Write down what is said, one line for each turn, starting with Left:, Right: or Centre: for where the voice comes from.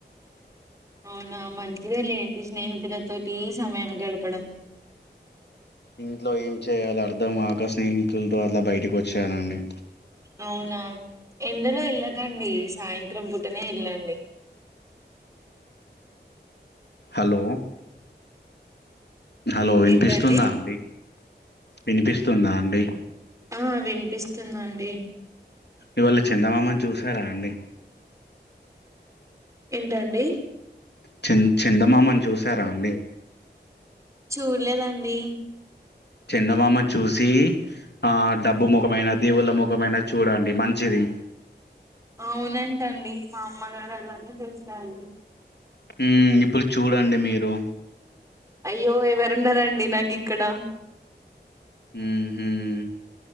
Right: అవునా మంచిదే లేండి స్నేహితులతోటి ఈ సమయం గడపడం
Left: ఇంట్లో ఏం చేయాలి అర్ధంకాక స్నేహితులతో అట్లా బయటకి వచ్చానండి
Right: అవునా ఎండలో వెళ్ళకండి సాయం తరం పుట్టనే వెళ్ళండి
Left: హలో హలో వినిపిస్తుందా
Right: ఏంటండి
Left: అండి వినిపిస్తుందా అండి
Right: ఆ వినిపిస్ తుందండి
Left: ఇవాళ చిందమామని చూసారా అండి
Right: ఏంటండీ
Left: చింద చందమామని చూసారా అండి
Right: చూడలేదండి
Left: చందమామని చూసి ఆ డబ్బు మొకమయినా దేవుళ్ళ మొకమయినా చూడండి మంచిది
Right: అవునంటండి మా అమ్మగారు అలానే చూస్తారు
Left: ఉమ్ ఇప్పుడు చూడండి మీరు
Right: అయ్యో ఎవరూనరండి నక్ ఇక్కడా
Left: ఉహుమ్